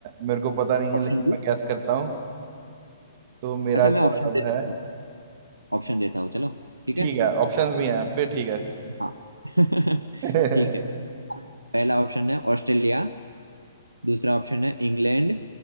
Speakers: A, on the right (about 35°); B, on the right (about 85°).
A: मेरे को पता नहीं है
B: ऑप्शन
A: लेकिन
B: दो
A: मैं गैस करता हूँ तो मेरा
B: अच्छा
A: जवाब
B: मैं ऑप्शन दे
A: है
B: देता हूँ ऑप्शन देता हूँ चलो ठीक
A: ठीक
B: है
A: है ऑप्शंस भी हैं फिर ठीक है
B: हाँ <laughs>
A: <laughs>
B: ठीक है पहला ऑप्शन है ऑस्ट्रेलिया दूसरा ऑप्शन है इंग्लैंड